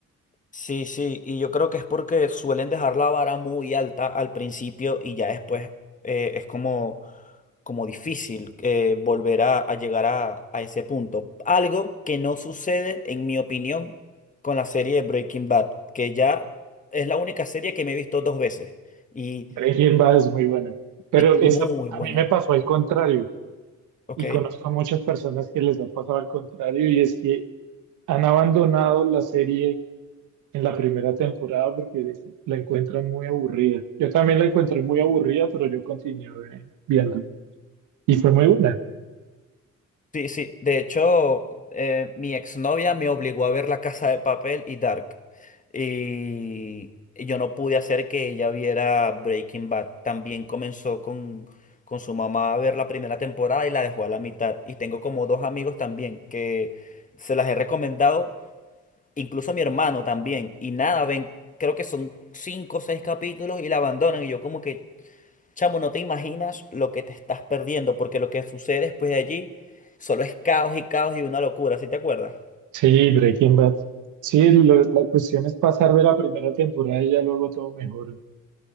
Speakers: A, on the left; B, on the right.
A: Sí, sí, y yo creo que es porque suelen dejar la vara muy alta al principio y ya después eh, es como, como difícil eh, volver a, a llegar a, a ese punto. Algo que no sucede, en mi opinión, con la serie de Breaking Bad, que ya es la única serie que me he visto dos veces y
B: Breaking Bad es muy buena, pero
A: <clears throat> muy
B: esa, a
A: buena,
B: mí me pasó al contrario
A: ¿ok?
B: y conozco a muchas personas que les ha pasado al contrario y es que han abandonado la serie en la primera temporada porque la encuentran muy aburrida. Yo también la encontré muy aburrida, pero yo continué viendo. Y fue muy buena.
A: Sí, sí. De hecho, eh, mi exnovia me obligó a ver La Casa de Papel y Dark. Y y yo no pude hacer que ella viera Breaking Bad. También comenzó con, con su mamá a ver la primera temporada y la dejó a la mitad. Y tengo como dos amigos también que se las he recomendado, incluso a mi hermano también. Y nada, ven, creo que son cinco o seis capítulos y la abandonan. Y yo como que Chamo, no te imaginas lo que te estás perdiendo, porque lo que sucede después de allí solo es caos y caos y una locura, ¿sí te acuerdas?
B: Sí, Breaking Bad. Sí, lo- la cuestión es pasar de la primera temporada y ya luego todo mejora.